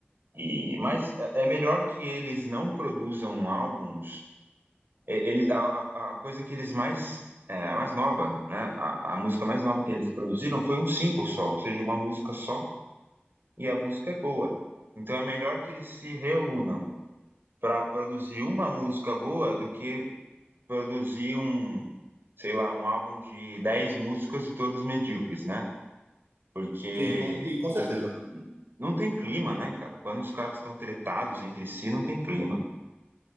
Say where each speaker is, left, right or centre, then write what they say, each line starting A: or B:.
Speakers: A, on the right; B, on the right.
A: E, mas é é melhor que eles não produzam álbuns. E- Eles, a, a- a coisa que eles mais, é, mais nova, né? A, a música mais nova que eles produziram foi um single só, ou seja, uma música só, e a música é boa. Então é melhor que eles se reúnam para produzir uma música boa do que produzir um, sei lá, um álbum de 10 músicas e todas medíocres, né? Porque
B: Sim, com, e com
A: o-
B: certeza.
A: não tem clima, né, cara? Quando os caras estão tretados entre si, não tem clima.